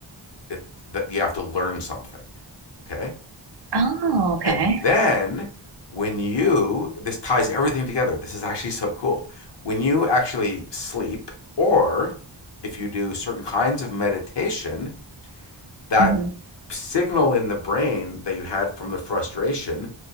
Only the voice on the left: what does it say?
it that you have to learn something. Okay.
And then when you this ties everything together. This is actually so cool. When you actually sleep or if you do certain kinds of meditation, that
signal in the brain that you had from the frustration